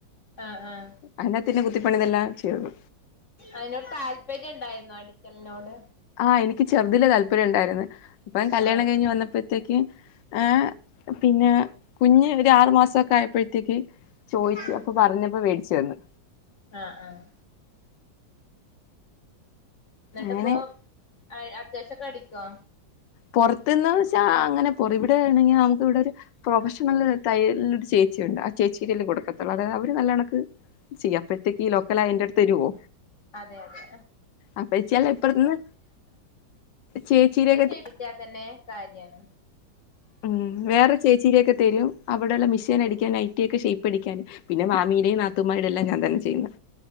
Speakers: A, on the left; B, on the left.
A: ആഹ് ആഹ്
B: അന്നെ പിന്നെ <unintelligible> <unintelligible> പണിതെല്ലാം ചെയ്തത്
A: അതിനോട് താൽപര്യം ഉണ്ടായിരുന്നോ അടിക്കലിനോട്
B: ആ എനിക്ക് ചെറുതിലെ താല്പ പര്യം ഇണ്ടായിരുന്നു ഇപ്പം കല്യാണം
A: ആഹ്
B: കഴിഞ്ഞ് വന്നപ്പഴത്തേക്ക് ഏഹ് പിന്നെ കുഞ്ഞ് ആറ് മാസൊക്കെ ആയപ്പഴത്തേക്ക് ചോയിച്ചു
A: ഉം
B: അപ്പൊ പറഞ്ഞപ്പോ മേടിച്ച് തന്ന്
A: ആഹ് ആഹ് എന്നിട്ടിപ്പൊ
B: അങ്ങനെ
A: അയ് അത്യാവശ്യഒക്കെ അടിക്കോ
B: പുറത്ത്ന്ന് വെച്ചാ അങ്ങനെ ഓർ ഇവിടെ ആണെങ്കി നമുക്ക് ഇവിടെ ഒരു പ്രൊഫഷണൽ തയ്യൽ ഒരു ചേച്ചി ഉണ്ട് ആ ചേച്ചിടെല്ലേ കൊടുക്കത്തുള്ളൂ അതായത് അവര് നല്ല കണക്ക് ചെയ്യും അപ്പഴത്തേക്ക് ഈ ലോക്കൽ അയ എന്റെ അടുത്ത് വരുവോ
A: അതെ അതെ
B: അപ്പേച്ചി അല്ലെ ഇപ്പറത്ത്ന്ന് ചേച്ചിടെ
A: <unintelligible> കിട്ടിയാ തന്നെ കാര്യാണ്
B: ഉം വേറെ ചേച്ചീടെയൊക്കെ തരും അവിടെയുള്ള മെഷീൻ അടിക്കാൻ നൈറ്റി ഒക്കെ ഷേയ്പ് അടിക്കാൻ പിന്നെ മാമിയുടെയും നാത്തൂമാരുടെയും എല്ലാം ഞാൻ തന്നെ ചെയ്യുന്നെ